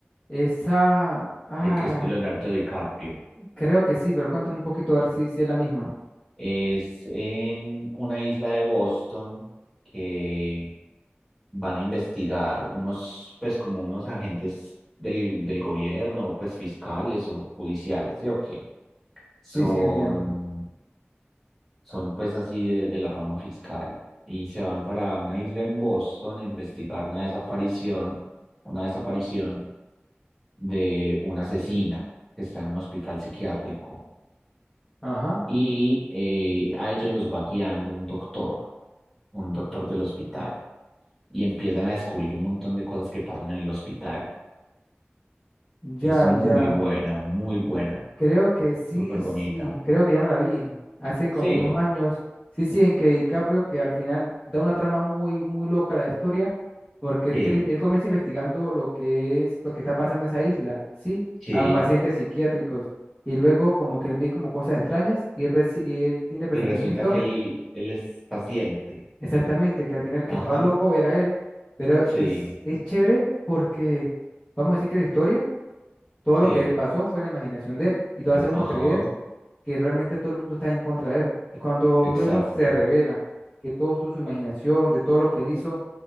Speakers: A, on the left (about 20°); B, in the centre.
A: Esa, ah,
B: eh, que es con Leonardo DiCaprio.
A: creo que sí, pero cuéntame un poquito a ver si, si es la misma.
B: Es en una isla de Boston que van a investigar unos, pues como unos agentes del, del gobierno, pues fiscales o judiciales, ¿sí o qué? Son,
A: Sí, sí, entiendo.
B: son pues así de, de la rama fiscal y se van para una isla en Boston a investigar una desaparición, una desaparición de una asesina que está en un hospital psiquiátrico
A: Ajá,
B: y eh, a ellos los va guiando un doctor, un doctor del hospital, y empiezan a descubrir un montón de cosas que pasan en el hospital.
A: ya,
B: Es muy
A: ya.
B: buena, muy buena,
A: Creo que sí,
B: súper
A: sí,
B: bonita.
A: creo que ya me la vi hace como
B: Sí,
A: unos años. Sí, sí, en que DiCaprio, que al final da una trama muy, muy loca a la historia, porque él,
B: sí,
A: term- él comienza investigando lo que es, lo que está pasando en esa isla, ¿sí?
B: sí.
A: A los pacientes psiquiátricos. Y luego como que él ve como cosas extrañas y él, presi- y él tiene presentimiento,
B: Y resulta que él, él es paciente.
A: exactamente, que al final el
B: Ajá,
A: que estaba loco era él. Pero es,
B: sí,
A: es chévere porque, vamos a decir que la historia, todo
B: sí,
A: lo que pasó fue la imaginación de él y lo hace uno
B: ajá,
A: creer que realmente todo el mundo está en contra de él. Y cuando
B: exacto,
A: luego se revela que todo esto, su imaginación, de todo lo que él hizo,